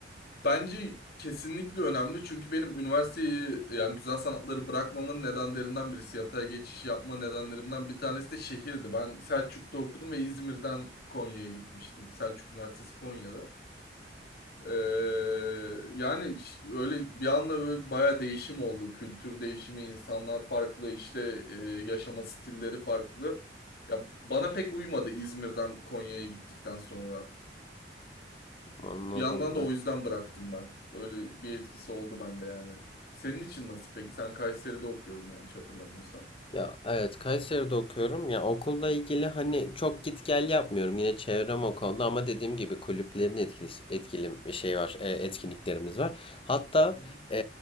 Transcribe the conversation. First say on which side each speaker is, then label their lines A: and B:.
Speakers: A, on the left; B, on the left.
A: Bence kesinlikle önemli çünkü benim üniversiteyi yani güzel sanatları bırakmamın nedenlerinden birisi yatay geçiş yapma nedenlerimden bir tanesi de şehirdi. Ben Selçuk'ta okudum ve İzmir'den Konya'ya gitmiştim. Selçuk Üniversitesi Konya'da. Ee, yani ş- öyle bir anda böyle bayağı değişim oldu. Kültür değişimi, insanlar farklı, işte e, yaşama stilleri farklı. Ya bana pek uymadı İzmir'den Konya'ya gittikten sonra.
B: Anladım.
A: Bir yandan da o yüzden bıraktım ben. Öyle bir etkisi oldu bende yani. Senin için nasıl peki? Sen Kayseri'de okuyordun yanlış hatırlamıyorsam.
B: Ya evet Kayseri'de okuyorum. Ya okulla ilgili hani çok git gel yapmıyorum. Yine çevrem o konuda ama dediğim gibi kulüplerin etkili etkili bir şey var. e, etkinliklerimiz var. Hatta
A: Hı hı.
B: e,